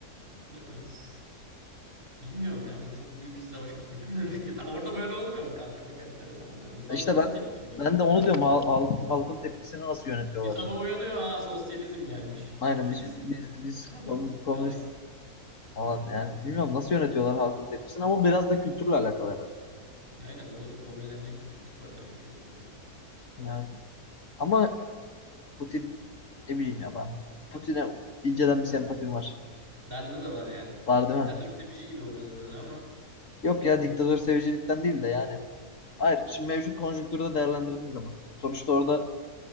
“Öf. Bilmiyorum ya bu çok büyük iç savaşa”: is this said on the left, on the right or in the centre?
Right